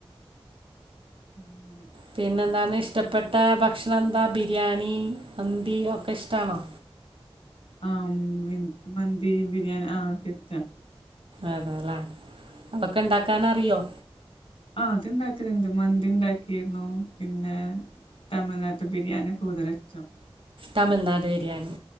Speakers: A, on the left (about 60°); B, on the right (about 60°).
A: അങ്ങനെ
B: പിന്നെന്താണ് ഇഷ് ഇഷ്ടപ്പെട്ട ഭക്ഷണം എന്താ ബിരിയാണി മന്തി ഒക്കെ ഇഷ്ടാണോ
A: ആഹ് മന്തി ബിരിയാണി ആഹ് അതൊക്കിഷ്ട്ടാ
B: അതെല്ലേ അതൊക്കെ ഉണ്ടാക്കാന് അറിയോ
A: ആഹ് അത് ഇണ്ടാക്കുന്നുണ്ട് മന്തി ഉണ്ടാക്കിരുന്നു പിന്നെ, തമിഴ്നാട്ട് ബിര്യാണി കൂടുതല്സ്റ്റം
B: തമിൾനാട് ബിരിയാണി